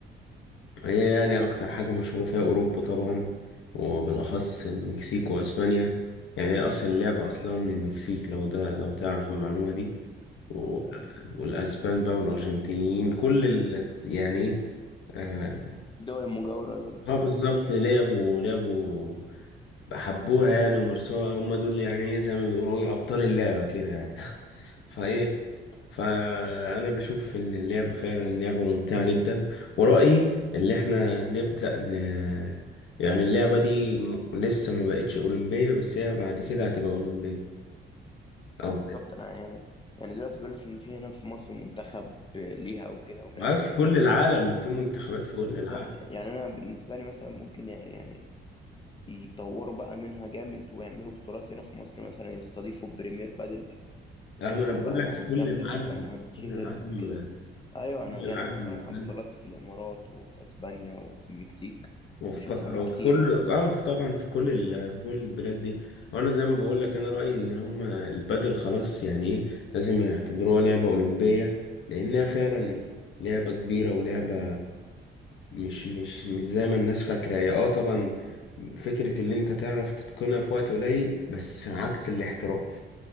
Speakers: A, on the left (about 75°); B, on the left (about 25°).
A: هي يعني أكتر حاجة مشهورة فيها أوروبا طبعا وبالأخص المكسيك وأسبانيا يعني هي أصلا اللعبة أصلها من المكسيك لو ده لو تعرف المعلومة دي و...
B: ايوه ايوه
A: والأسبان بقى والأرجنتينيين كل ال... يعني إيه آه،
B: الدول المجاوره دول خدوها
A: اه بالظبط لعبوا لعبوا حبوها يعني ومارسوها هم دول يعني ايه زي ما بيقولوا ايه ابطال اللعبة كده يعني <laughs> فايه فانا بشوف ان اللعبة فعلا لعبة ممتعة جدا ورأيي اللي احنا نبدأ ن... يعني اللعبة دي م- لسه ما بقتش أولمبية بس هي بعد كده هتبقى أولمبية
B: ما
A: او
B: بالظبط انا يعني يعني دلوقتي بيقول لك ان في هنا في مصر منتخب آه، ليها وكده وبيلعبوا
A: بقى في
B: بطولات
A: كل العالم في منتخبات في كل
B: بالظبط
A: العالم
B: يعني انا بالنسبه لي مثلا ممكن يعني يعني يطوروا بقى منها جامد ويعملوا بطولات هنا في مصر مثلا يستضيفوا بريمير بادل
A: أهم انا
B: هتبقى
A: بقول لك في
B: حاجه
A: كل
B: جامده
A: العالم
B: جدا وهنتشهر
A: كل العالم
B: وكده ايوه
A: كل
B: انا يعني
A: العالم
B: انا بتفرج على بطولات في الامارات وفي اسبانيا وفي المكسيك
A: وفي
B: بشوف
A: قطر
B: حاجات
A: وفي
B: كتير
A: كل
B: يعني
A: اه طبعا في كل ال... في كل البلاد دي وانا زي ما بقول لك انا رايي ان هما البادل خلاص يعني ايه لازم يعتبروها لعبه اولمبيه لانها فعلا لعبه كبيره ولعبه مش مش مش زي ما الناس فاكره هي اه طبعا فكره اللي انت تعرف تتقنها في وقت قليل بس عكس الاحتراف